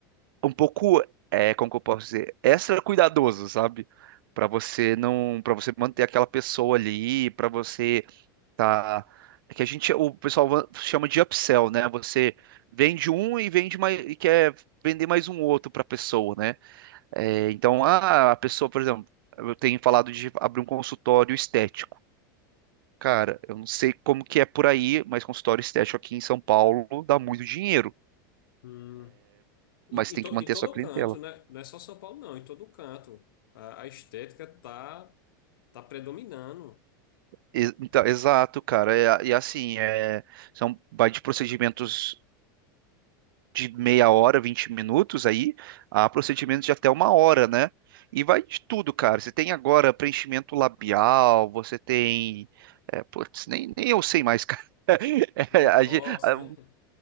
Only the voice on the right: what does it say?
um pouco, é, como que eu posso dizer, extra cuidadoso, sabe? Para você não, para você manter aquela pessoa ali, para você Tá. É que a gente, o pessoal va- chama de upsell, né? Você vende um e vende mais e quer vender mais um outro para a pessoa, né? É, então, ah, a pessoa, por exemplo, eu tenho falado de abrir um consultório estético. Cara, eu não sei como que é por aí, mas consultório estético aqui em São Paulo dá muito dinheiro,
mas
tem
que manter
a sua clientela.
E- Então, exato, cara. É- E, assim, é, são, vai de procedimentos de meia hora, 20 minutos aí, a procedimentos de até uma hora, né? E vai de tudo, cara. Você tem agora preenchimento labial, você tem. É, putz, nem, nem eu sei mais, cara. <laughs>
É, a gen- a-